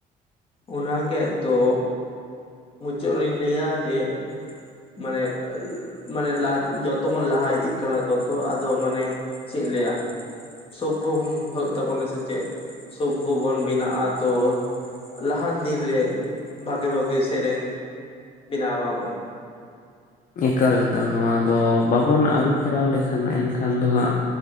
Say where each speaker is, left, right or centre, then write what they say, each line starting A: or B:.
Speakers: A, on the left; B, on the left.
A: ᱚᱱᱟᱜ ᱠᱮᱜ ᱛᱚ, ᱢᱩᱪᱟᱹᱫ ᱨᱮᱧ ᱞᱟᱹᱭᱟ ᱡᱮ ᱢᱟᱱᱮ ᱢᱟᱱᱮ ᱞᱟᱡ ᱡᱚᱛᱚ ᱵᱚᱱ ᱞᱟᱦᱟ ᱤᱫᱤᱜ ᱠᱟᱱᱟ ᱛᱚᱛᱚ ᱟᱫᱚ ᱢᱟᱱᱮᱼᱼ ᱪᱮᱫ ᱞᱟᱹᱭᱟ ᱥᱚᱵᱵᱷᱚ ᱵᱩᱱ ᱦᱩᱭᱩᱜ ᱛᱟᱵᱚᱱᱟ ᱥᱮ ᱪᱮᱫ, ᱥᱚᱵᱵᱷᱚ ᱵᱚᱱ ᱵᱮᱱᱟᱜ-ᱟ ᱛᱚᱼᱼ ᱞᱟᱦᱟ ᱫᱤᱱ ᱨᱮ ᱵᱷᱟᱜᱮᱹ ᱵᱷᱟᱜᱮᱹ ᱥᱮᱨᱮᱧ ᱵᱮᱱᱟᱣ ᱢᱟᱵᱚᱱ᱾
B: ᱮᱠᱟᱞ ᱮᱠᱟᱞ ᱱᱚᱣᱟ ᱫᱚ ᱵᱟᱵᱚᱱ ᱟᱹᱨᱩᱯᱷᱮᱨᱟᱣ ᱞᱮᱠᱷᱟᱱ ᱮᱱᱠᱷᱟᱱ ᱫᱚ ᱦᱟᱸᱜᱼᱼ